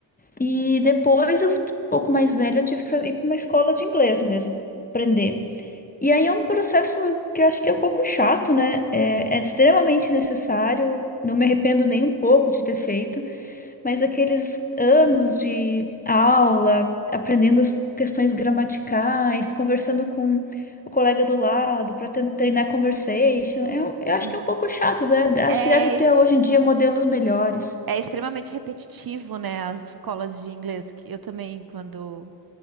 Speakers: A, on the left; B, on the right.
A: E depois, eu, um pouco mais velha, eu tive que fa- ir para uma escola de inglês mesmo, aprender. E aí é um processo que eu acho que é um pouco chato, né? É, é extremamente necessário, não me arrependo nem um pouco de ter feito. Mas aqueles anos de aula, aprendendo as questões gramaticais, conversando com o colega do lado para treinar conversation, é um- eu acho
B: E
A: que é um pouco chato, né? Acho
B: é,
A: que deve ter hoje em dia modelos melhores.
B: é extremamente repetitivo, né? As escolas de inglês que eu também quando